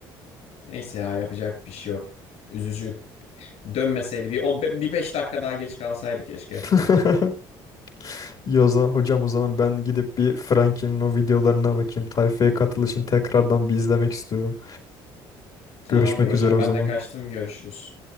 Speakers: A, on the left; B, on the left.
A: neyse ya yapacak bir şey yok. Üzücü. Dönmeseydi bir, on, bir beş dakika daha geç kalsaydı keşke.
B: <laughs> İyi o zaman hocam o zaman ben gidip bir Frankie'nin o videolarına bakayım. Tayfa'ya katılışını tekrardan bir izlemek istiyorum.
A: Tamamdır
B: Görüşmek
A: hocam
B: üzere o
A: ben
B: zaman.
A: de kaçtım görüşürüz.